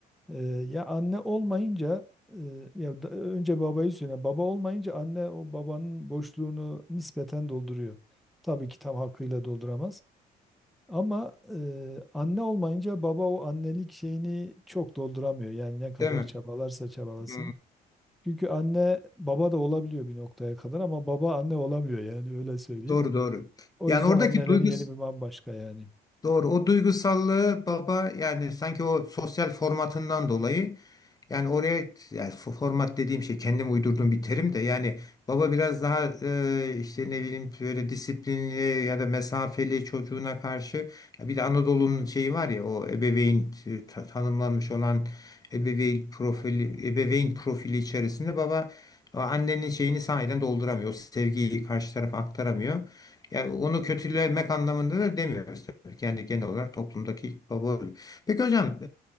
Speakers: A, in the centre; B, on the left (about 20°).
A: Ee, ya anne olmayınca e, ya da- önce babayı söyle. Baba olmayınca anne o babanın boşluğunu nispeten dolduruyor. Tabii ki tam hakkıyla dolduramaz. Ama e, anne olmayınca baba o annelik şeyini çok dolduramıyor. Yani ne kadar
B: değil mi?
A: çabalarsa çabalasın.
B: Hı,
A: Çünkü anne baba da olabiliyor bir noktaya kadar ama baba anne olamıyor yani öyle söyleyeyim.
B: doğru doğru.
A: O
B: Yani
A: yüzden
B: oradaki
A: annelerin
B: duygus
A: yeri bir bambaşka yani.
B: Doğru. O duygusallığı baba yani sanki o sosyal formatından dolayı yani oraya yani fo- format dediğim şey kendim uydurduğum bir terim de yani baba biraz daha e, işte ne bileyim böyle disiplinli ya da mesafeli çocuğuna karşı Ya bir de Anadolu'nun şeyi var ya o ebeveyn e, ta- tanımlanmış olan ebeveyn profili ebeveyn profili içerisinde baba o annenin şeyini sahiden dolduramıyor. O sevgiyi karşı tarafa aktaramıyor. Yani onu kötülemek anlamında da demiyoruz tabii. Kendi genel olarak toplumdaki baba rolü. Peki hocam